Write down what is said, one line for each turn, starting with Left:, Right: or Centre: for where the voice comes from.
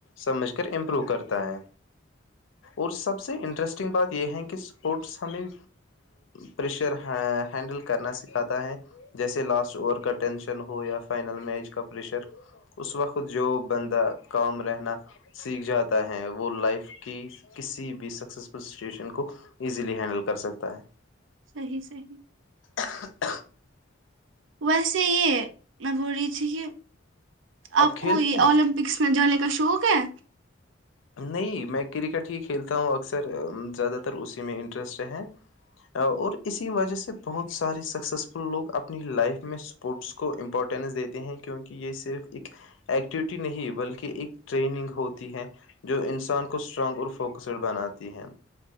Left: سمجھ کر امپروو کرتا ہے اور سب سے انٹرسٹنگ بات یہ ہے کہ اسپورٹس ہمیں پریشر ہینڈل کرنا سکھاتا ہے جیسے لاسٹ اوور کا ٹینشن ہو یا فائنل میچ کا پریشر اس وقت جو بندہ کام رہنا سیکھ جاتا ہے وہ لائف کی کسی بھی سکسیسفل سچویشن کو ایزیلی ہینڈل کر سکتا ہے
Right: صی صی
Left: ہ
Right: ویسے یہ میں بو رہی چھی کہ آپ
Left: کھیلتے
Right: کو یہ
Left: ہو
Right: اولمپکس میں جو ہے ل اشوک ہے
Left: نہیں میں کرکٹ ہی کھیلتا ہوں اکثر زیادہ تر اسی میں انٹرسٹ ہیں اور اسی وجہ سے بہت سارے سکسیزفل لوگ اپنی لائف میں اسپورٹس کو امپورٹینس دیتے ہیں کیونکہ یہ صرف ایک ایکٹیوٹی نہیں بلکہ ایک ٹریننگ ہوتی ہے جو انسان کو اسٹرانگ اور فوکسڈ بناتی ہے